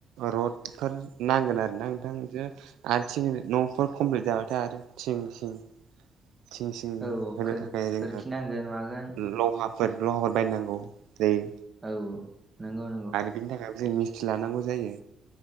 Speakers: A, on the right (about 85°); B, on the right (about 20°).
A: रडफोर नांगोन आरोना नोंथां बिदिनो आरो थिं न'फोर कमप्लिट जाबाथाय आरो थिं सिं थिं सिं
B: औ औ
A: होनो
B: खोर
A: थाखाय जों
B: खोरखि नांगोन मागोन
A: लहा फोर लहाफोर बायनांगौ जायो
B: औ नोंगौ नोंगौ
A: बेनि थाखायबो जों मिस्ट्रि लानांगौ जायो